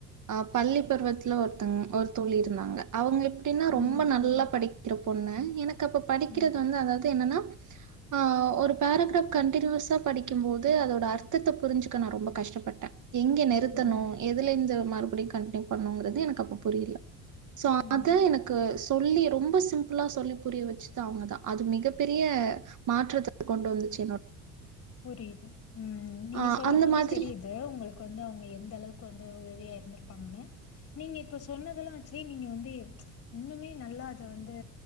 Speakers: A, on the right; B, on the left.
A: அ பள்ளி பருவத்துல ஒருத்தங்க ஒரு தோழி இருந்தாங்க அவுங்க எப்டின்னா
B: ம்
A: ரொம்ப நல்லா
B: புரியுது
A: படிக் க்கிற பொண்ணு எனக்கு அப்ப படிக்கிறது
B: ம்
A: வந்து அதாவது என்னன்னா ஆ ஒரு பேரகிராப் கன்டினியூஸா படிக்கு போது அதோட அர்த்தத்த புரிஞ்சிக்க நா ரொம்ப கஷ்டப்பட்ட எங்க நிற் த்தனு
B: ம்
A: எதுலந்து மறுபடி கன்ட்னியூ பண்னுங்கறது எனக்கு அப்ப புரியில சோ
B: ம்
A: அது எனக்கு சொல்லி ரொம்ப சிம்பிளா சொல்லி புரிய வச்சது அவுங்க தா அது மிகப்பெரிய மாற்றத்த கொண்டு வந்துச்சி
B: புரியுது ம் நீங்க
A: ஆ
B: சொல்லு
A: அந்த
B: போதே
A: மாதிரி
B: தெரியித் து உங்களுக்கு வந்து அவுங்க எந்த அளவுக்கு வந்து உதவியா இருந்திருப்பாங்கனு நீங்க இப்ப சொன்னதெல்லா வச்சி நீங்க வந்து இன்னுமே நல்லா அத வந்து